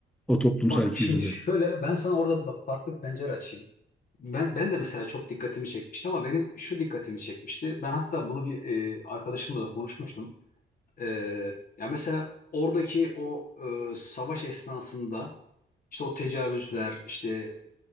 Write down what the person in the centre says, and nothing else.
o toplumsal
ikiyüzlülüğü.